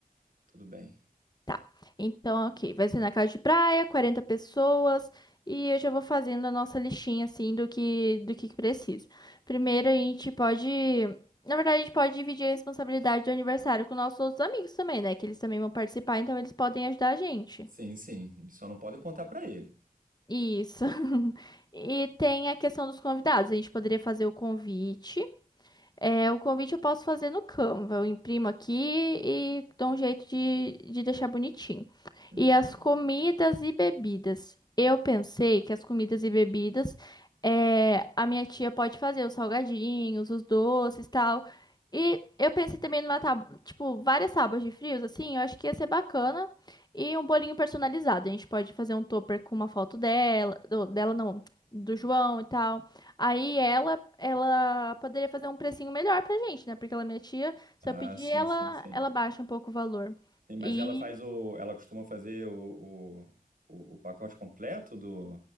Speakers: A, on the right (about 65°); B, on the left (about 25°).
A: tudo bem.
B: Tá. Então, ok. Vai ser na casa de praia, 40 pessoas. E eu já vou fazendo a nossa listinha, assim, do que, do que que precisa. Primeiro, a gente pode. Na verdade, a gente pode dividir a responsabilidade do aniversário com nossos outros amigos também, né? Que eles também vão participar, então eles podem ajudar a gente.
A: Sim, sim, eles só não podem contar para ele.
B: Isso. <laughs> E tem a questão dos convidados. A gente poderia fazer o convite. É, o convite eu posso fazer no Canva. Eu imprimo aqui e dou um jeito de, de deixar bonitinho.
A: Hum,
B: E
A: Beleza.
B: as comidas e bebidas. Eu pensei que as comidas e bebidas, é, a minha tia pode fazer os salgadinhos, os doces e tal. E eu pensei também numa tábua, tipo, várias tábuas de frios, assim, eu acho que ia ser bacana. E um bolinho personalizado. A gente pode fazer um topper com uma foto dela, do- dela não, do João e tal. Aí ela, ela poderia fazer um precinho melhor pra gente, né? Porque ela é minha tia. Se
A: Ah,
B: eu pedir,
A: sim,
B: ela,
A: sim, sim.
B: ela baixa um pouco o valor.
A: Sim, mas
B: E
A: ela faz o, ela costuma fazer o, o, o o pacote completo do